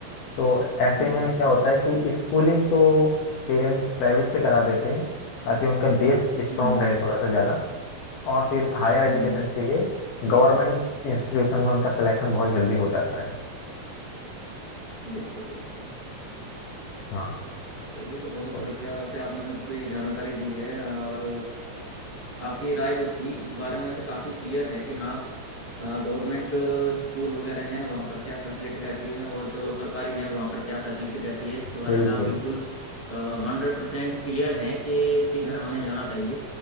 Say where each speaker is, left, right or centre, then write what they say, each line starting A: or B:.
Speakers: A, on the left (about 70°); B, on the left (about 20°).
A: तो ऐसे
B: बिल्कुल
A: में क्या होता है कि स्कूलिंग तो पेरेंट्स प्राइवेट से करा देते हैं ताकि उनका बेस स्ट्रांग
B: हम्म
A: रहे थोड़ा सा ज़्यादा और फिर हायर एजुकेशन
B: हम्म
A: के लिए गवर्नमेंट इंस्टीट्यूशन में उनका सिलेक्शन बहुत जल्दी हो जाता है
B: बिल्कुल बिल्कुल
A: हाँ
B: चलिए तो बहुत
A: तो
B: बढ़िया वैसे आपने मुझको ये जानकारी दी है और आपकी राय जो थी इस बारे में वैसे काफ़ी क्लियर है कि हाँ गवर्नमेंट स्कूल वगैरह हैं वहाँ पर क्या फैसिलिटी रहती है और जो सरकारी हैं वहाँ पर क्या फैसिलिटी रहती है इसके बारे
A: बिल्कुल
B: में आप बिल्कुल हंड्रेड परसेंट क्लियर हैं कि किधर हमें जाना चाहिए